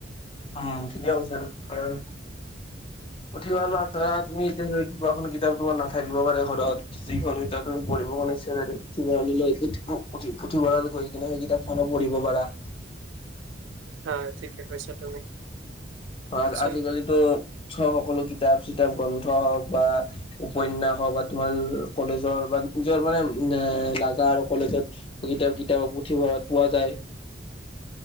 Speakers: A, on the left; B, on the right.
A: অহ ঠিকে কৈছা আৰু পুথিভঁৰাল ধৰা তুমি এতিয়া কিবাখন কিতাপ তোমাৰ নাথাকিব পাৰে ঘৰত যি খন কিতাপ তুমি পঢ়িব কাৰনে ইচ্ছা যায় থাকে পু পুথিভৰাল গৈ কিনে সেই কিতাপ খনো পঢ়িব পাৰা
B: হয় ঠিকে কৈছা তুমি
A: অ
B: আচল
A: আজিকালিতো সকলো কিতাপ চিতাপ গ্ৰন্থ হওঁক বা উপন্যাস হওঁক বা তোমাৰ কলেজৰ বা নিজৰ মানে এ লাগা আৰু কলেজত কিতাপ কিতাপ পুথিভঁৰাত পোৱা যায়